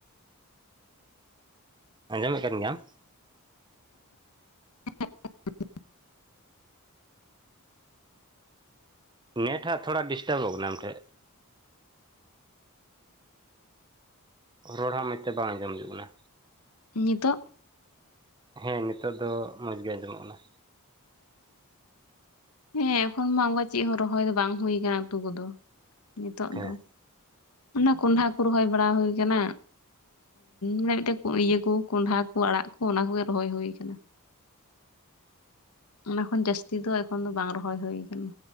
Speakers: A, on the right; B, on the left.
A: ᱟᱸᱡᱚᱢᱮᱫ ᱠᱟᱱ ᱜᱮᱭᱟᱢ
B: ᱦᱮ <unintelligible>
A: ᱱᱮᱴ ᱦᱟᱜ ᱛᱷᱚᱲᱟ ᱰᱤᱥᱴᱟᱵᱚᱜ ᱠᱟᱱᱟ, ᱟᱢᱴᱷᱮ ᱨᱚᱲ ᱦᱚᱸ ᱢᱚᱡᱽ ᱛᱮ ᱵᱟᱝ ᱟᱸᱡᱚᱢ ᱡ ᱠᱟᱱᱟ᱾
B: ᱱᱤᱛᱚᱜ
A: ᱦᱮᱸ ᱱᱤᱛᱚᱜ ᱫᱚ ᱢᱚᱸᱡᱽ ᱜᱮ ᱟᱸᱡᱚᱢᱚᱜ ᱠᱟᱱᱟ
B: ᱦᱮᱸ ᱮᱠᱷᱚᱱ ᱢᱟ ᱚᱱᱠᱟ ᱪᱮᱫ ᱦᱚᱸ ᱨᱚᱦᱚᱭ ᱫᱚ ᱵᱟᱝ ᱦᱩᱭ ᱠᱟᱱᱟ ᱩᱛ ᱠᱚᱫᱚ, ᱱᱤᱛᱚᱜ
A: ᱦᱮᱸ
B: ᱫᱚ᱾ ᱚᱱᱟ ᱠᱚᱸᱰᱦᱷᱟ ᱠᱚ ᱨᱚᱦᱚᱭ ᱵᱟᱲᱟ ᱦᱩᱭ ᱟᱠᱟᱱᱟ᱾ ᱢᱟᱱᱮ ᱢᱤᱫᱴᱮᱡ ᱤᱭᱟᱹ ᱠᱚ ᱠᱸᱰᱷᱟ ᱠᱚ ᱟᱲᱟᱜ ᱠᱚ ᱚᱱᱟ ᱠᱚᱜᱮ ᱨᱚᱦᱚᱭ ᱦᱩᱭ ᱟᱠᱟᱱᱟ᱾
A: <inaudible>
B: ᱚᱱᱟ ᱠᱷᱚᱱ ᱡᱟᱹᱥᱛᱤ ᱫᱚ ᱮᱠᱷᱚᱱ ᱫᱚ ᱵᱟᱝ ᱨᱚᱦᱚᱭ ᱦᱩ ᱠᱟᱱᱟ᱾